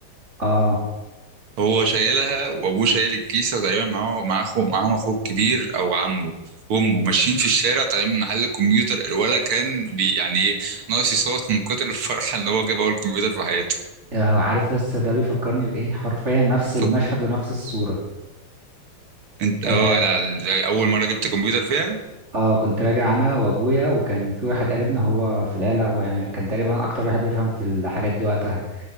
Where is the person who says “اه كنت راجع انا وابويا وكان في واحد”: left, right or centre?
Right